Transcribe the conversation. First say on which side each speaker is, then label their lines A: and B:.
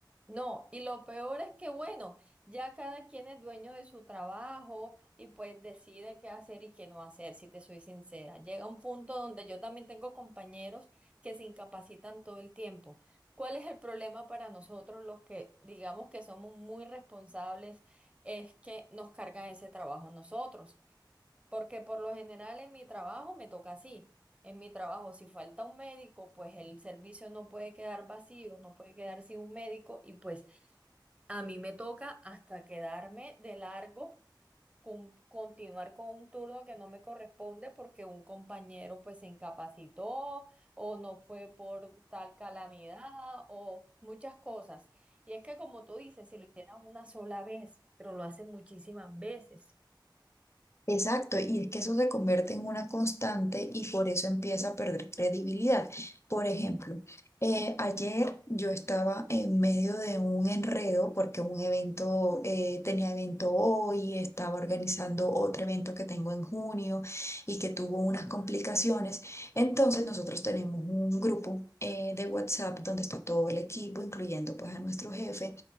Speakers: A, on the right; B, on the left.
A: No, y lo peor es que, bueno, ya cada quien es dueño de su trabajo y pues decide qué hacer y qué no hacer, si te soy sincera. Llega un punto donde yo también tengo compañeros que se incapacitan todo el tiempo. ¿Cuál es el problema para nosotros los que digamos que somos muy responsables? Es que nos cargan ese trabajo nosotros. Porque por lo general en mi trabajo me toca así. En mi trabajo, si falta un médico, pues el servicio no puede quedar vacío, no puede quedar sin un médico y pues a mí me toca hasta quedarme de largo, con- continuar con un turno que no me corresponde porque un compañero pues se incapacitó o no fue por tal calamidad o muchas cosas. Y es que como tú dices, si lo hicieran una sola vez, pero lo hacen muchísimas veces.
B: Exacto, y es que eso se convierte en una constante y por eso empieza a perder credibilidad. Por ejemplo, eh, ayer yo estaba en medio de un enredo porque un evento, eh, tenía evento hoy, estaba organizando otro evento que tengo en junio y que tuvo unas complicaciones. Entonces nosotros tenemos un grupo eh, de WhatsApp donde está todo el equipo, incluyendo pues a nuestro jefe.